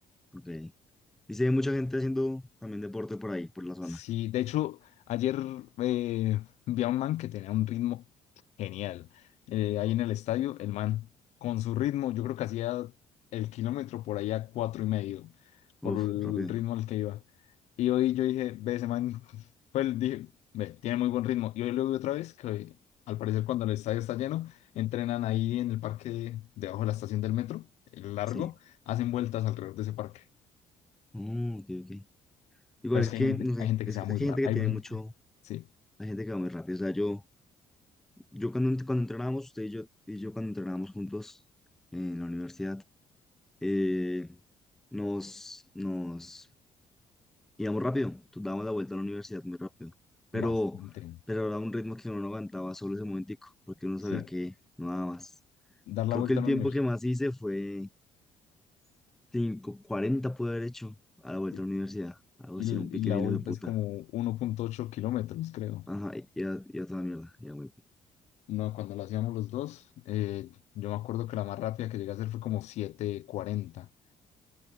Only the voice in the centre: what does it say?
ok. Y se ve mucha gente haciendo también deporte por ahí, por la zona.
Uf,
rápido,
sí.
Mm, ok, ok. Igual
es
que,
no sé,
es,
que
es que
hay gente que
tiene
mucho,
hay gente que va muy rápido. O sea, yo, yo cuando, ent- cuando entrenábamos, usted y yo, y yo cuando entrenábamos juntos en la universidad, eh, nos, nos, íbamos rápido, tú dábamos la vuelta a la universidad muy rápido, pero,
pero era un ritmo que uno no aguantaba solo ese momentico, porque uno
sabía que no daba más.
Creo
que el
tiempo
que más hice fue cinco, cuarenta pude haber hecho a la vuelta
a la universidad, algo
así, era un pique
hijo
de puta.
Ajá, y y era, y era toda mierda, y era muy pi-